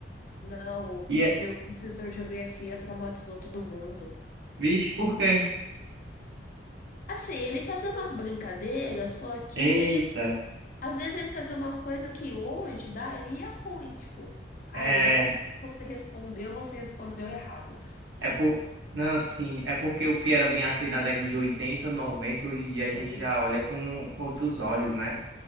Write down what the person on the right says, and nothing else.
E é,
vixe, por quê?
Eita,
é,
é por. Não, assim, é porque o que era bem aceito na década de 80, 90 hoje em dia a
gente já olha com com outros olhos, né?